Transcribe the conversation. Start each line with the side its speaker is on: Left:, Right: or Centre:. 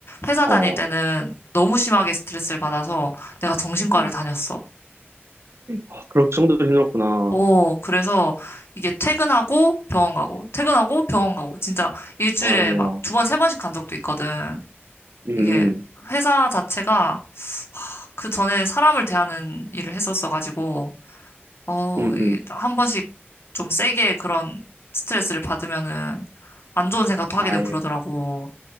Left: 회사
Right: 어,
Left: 다닐 때는
Right: 어.
Left: 너무 심하게 스트레스를 받아서 내가 정신과를
Right: 음.
Left: 다녔어.
Right: 아, 그럴 정도로 힘들었구나.
Left: 오, 그래서 이게 퇴근하고 병원 가고, 퇴근하고 병원 가고, 진짜 일주일에
Right: 아유,
Left: 막 두 번, 세 번씩 간 적도 있거든.
Right: 음, 음,
Left: 이게 회사 자체가 그 전에 사람을 대하는 일을 했었어가지고, 어,
Right: 음,
Left: 이게
Right: 음.
Left: 한 번씩 좀 세게 그런 스트레스를 받으면은 안 좋은 생각도 하게
Right: 아유,
Left: 되고 그러더라고.